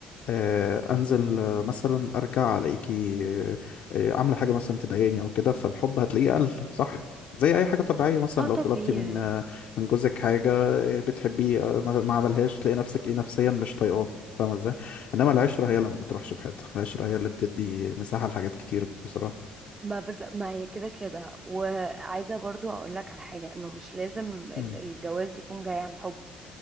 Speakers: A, on the left (about 55°); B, on the right (about 25°).
A: آه، انزل آه، مثلا ارجع الاقيكي آه، آه، عامله حاجه مثلا تضايقني او كده فالحب هتلاقيه قل صح زي
B: ايوه
A: اي حاجه طبيعيه مثلا
B: اه طبيعي
A: لو طلبتي من آه، من جوزك حاجه آه، بتحبيه آه، ما ما عملهاش تلاقي نفسك ايه نفسيا مش طايقاه فاهمه ازاي انما العشره هي اللي ما بتروحش في حته العشره هي اللي بتدي مساحه لحاجات كتير بصراحه
B: ما بز... ما هي كده كده وعايزة برضو اقول لك على حاجة انه مش لازم ال-
A: مم،
B: الجواز يكون جاي عن حب